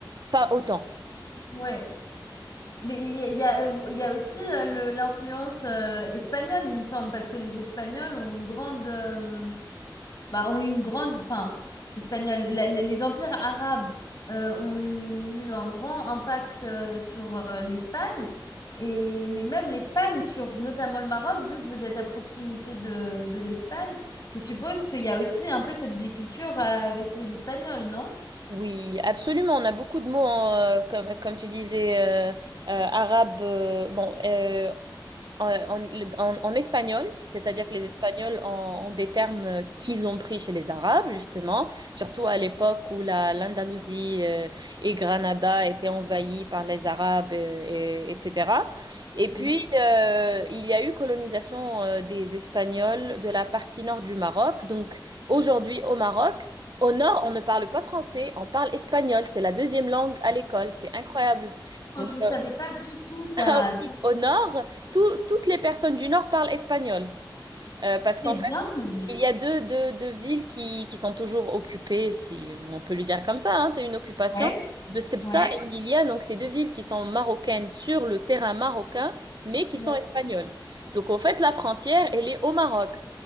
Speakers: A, on the right; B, on the left.
A: pas autant.
B: Ouais. Mais il y a, il y a il y a aussi euh, le- l'influence euh, espagnole, il me semble, parce que les Espagnols ont une grande, euh, bah, ont une grande, enfin, l'espagnol, la- les, les empires arabes euh, ont eu un grand impact euh, sur euh, l'Espagne, et mais même l'Espagne sur notamment le Maroc, vu que vous êtes à proximité de, de l'Espagne, je suppose qu'il y a aussi un peu cette biculture euh, avec les Espagnols, non?
A: Oui, absolument. On a beaucoup de mots, hein, euh, comme, comme tu disais, euh, euh, arabe. euh, bon, euh, en, en- le- en- en espagnol, c'est-à-dire que les Espagnols ont, ont des termes euh, qu'ils ont pris chez les Arabes, justement, surtout à l'époque où la, l'Andalousie euh, et Granada étaient envahies par les Arabes, euh, et- etc. Et puis,
B: Ouais.
A: euh, il y a eu colonisation euh, des Espagnols de la partie nord du Maroc. Donc, aujourd'hui, au Maroc, au nord, on ne parle pas français, on parle espagnol. C'est la deuxième langue à l'école. C'est incroyable.
B: Oh,
A: Donc,
B: je ne savais
A: euh,
B: pas du tout ça.
A: ah oui.
B: C'est
A: Au nord, tout- toutes les personnes du nord parlent espagnol. Euh, parce
B: c'est
A: qu'en fait,
B: dingue.
A: il y a deux, deux- deux villes qui, qui sont toujours occupées, si on peut le dire comme ça, hein, c'est une occupation
B: Ouais,
A: de Ceuta
B: ouais,
A: et Melilla, donc ces deux villes qui sont marocaines sur le terrain marocain, mais qui
B: ouais.
A: sont espagnoles. Donc en fait, la frontière, elle est au Maroc.